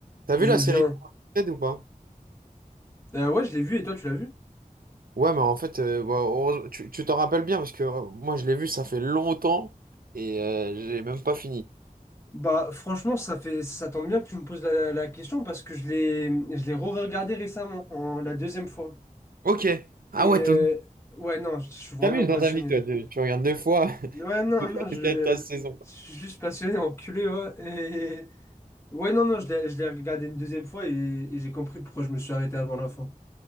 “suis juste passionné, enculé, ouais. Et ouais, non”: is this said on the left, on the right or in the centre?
Left